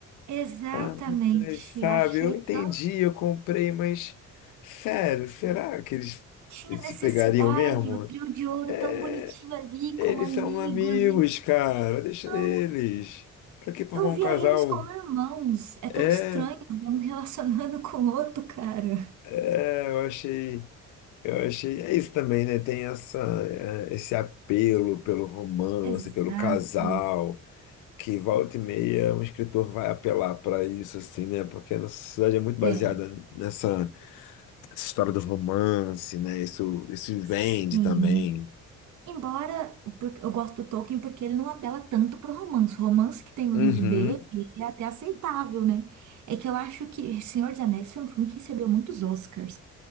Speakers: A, on the right (about 70°); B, on the left (about 80°).
A: Exatamente.
B: Ah, sabe,
A: Eu achei
B: eu entendi,
A: tão.
B: eu comprei, mas sério, será que eles,
A: Tinha
B: eles
A: necessidade.
B: se pegariam mesmo?
A: O trio de ouro
B: É,
A: tão bonitinho ali,
B: eles
A: como amigos.
B: são amigos,
A: E
B: cara, deixa
A: não.
B: eles. Pra que formar
A: Eu via
B: um casal?
A: eles como irmãos. É tão
B: É,
A: estranho ver um relacionando <laughs> com o outro, cara.
B: é, eu achei. Eu achei, é isso também, né? Tem essa, é, esse apelo pelo romance,
A: Exato.
B: pelo casal, que volta e meia um escritor vai apelar para isso, assim, né? Porque a nossa sociedade é muito baseada
A: É,
B: nessa nessa história do romance, né? Isso, isso
A: sim.
B: vende também.
A: Embora porque eu gosto do Tolkien porque ele não apela tanto pro romance. O romance que tem no
B: Uhum.
A: livro dele é até aceitável, né? É que eu acho que Senhor dos Anéis foi um filme que recebeu muitos Oscars.